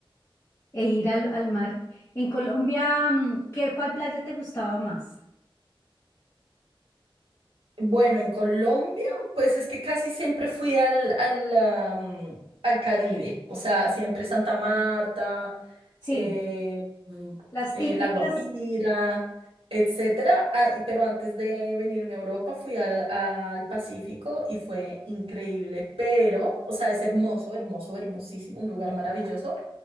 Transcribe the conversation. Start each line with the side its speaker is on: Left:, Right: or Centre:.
Left: e ir al, al mar. En Colombia, mm, ¿qué, cuál playa te gustaba más?
Right: Bueno, en Colombia, pues es que casi siempre fui al, al, am, al Caribe. O sea, siempre Santa Marta.
Left: Sí,
Right: eh, mm,
Left: las
Right: eh,
Left: típicas
Right: La Guajira, etcétera. Ah, y- pero antes de venirme a Europa fui al, al Pacífico y fue increíble. Pero, o sea, es hermoso, hermoso, hermosísimo, un lugar maravilloso,